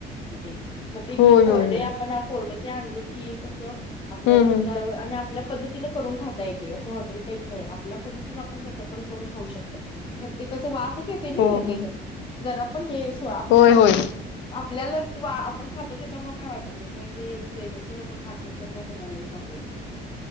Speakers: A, on the left; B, on the left.
A: तिथे मग ते घे
B: होय,
A: कोरडे
B: होय, होय.
A: आपण अ कोरडं ते आणलं की कसं आपल्याला
B: हं,
A: हित
B: हं.
A: आवर आणि आप आपल्या पद्धतीन करून खाता येते असं हॉटेल टाईप नाही, आपल्या पद्धतीनें आपण कसं पण करून खाऊ शकतो. खर ते कस वासच येत नी
B: हो,
A: लगेच
B: हो.
A: जरा पण हे स आपल्याला
B: होय, होय.
A: तर ते आप पल्याला वा आपण खातो त्याच्यामुळ काय वाटत नाही तर ते जैनाचे लोक खात त्यांच्यामूळ त्यांना लै प्रॉब्लेम हो